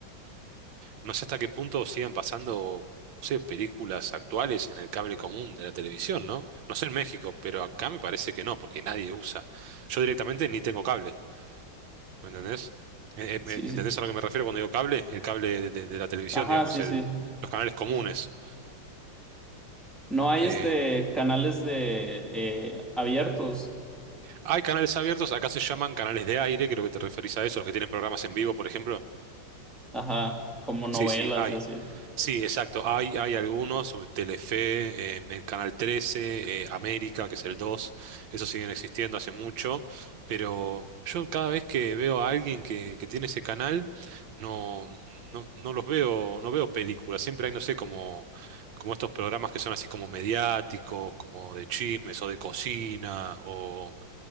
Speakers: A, on the right (about 75°); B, in the centre.
A: No sé hasta qué punto sigan pasando, no sé, películas actuales en el cable común de la televisión, ¿no? No sé en México, pero acá me parece que no, porque nadie usa. Yo directamente ni tengo cable, ¿me entendés? Eh, eh, me-
B: Sí,
A: ¿Entendés
B: sí.
A: a lo que me refiero cuando digo cable? El cable de, de- de la televisión,
B: Ajá,
A: digamos,
B: sí,
A: el,
B: sí.
A: los canales comunes.
B: Sí, sí. No hay,
A: Eh,
B: este, canales de, eh, abiertos.
A: hay canales abiertos, acá se llaman canales de aire, creo que te referís a eso, los que tienen programas en vivo, por ejemplo.
B: Ajá, como novelas
A: Sí, sí, hay.
B: y así.
A: Sí, exacto. Hay, hay algunos, sobre Telefe, eh, el Canal 13, eh, América, que es el 2, esos siguen existiendo hace mucho, pero yo cada vez que veo a alguien que, que tiene ese canal, no, no, no los veo, no veo películas. Siempre hay, no sé, como, como estos programas que son así como mediáticos, como de chismes o de cocina o